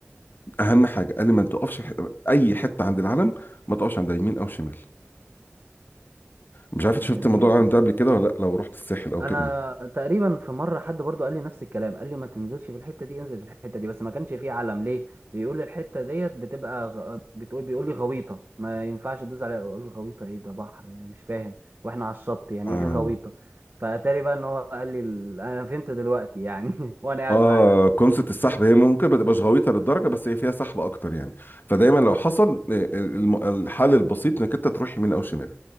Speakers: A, on the left; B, on the right.
A: اهم حاجه قال لي ما تقفش ح... اي حته عند العلم ما تقفش عند يمين او شمال مش عارف إنت شفت
B: جميل
A: موضوع العلم ده قبل كده ولا لا لو رحت الساحل او
B: انا
A: كده
B: تقريبا في مره حد برضو قال لي نفس الكلام قال لي ما تنزلش في الحته دي انزل في الحته دي بس ما كانش فيه علم ليه بيقول لي الحته ديت بتبقى غ... بتقول بيقول لي غويطه ما ينفعش تدوس عليها اقول له غويطه ايه ده بحر يعني مش فاهم واحنا على الشط يعني
A: آه.
B: ايه غويطه فاتاري بقى ان هو قال لي ال... انا فهمت دلوقتي يعني <laughs> وانا قاعد
A: اه
B: معاك
A: كونسة السحب هي ممكن ما تبقاش غويطه للدرجه بس هي فيها سحب اكتر يعني فدايما لو حصل آه، الم- الحل البسيط انك انت تروح يمين او شمال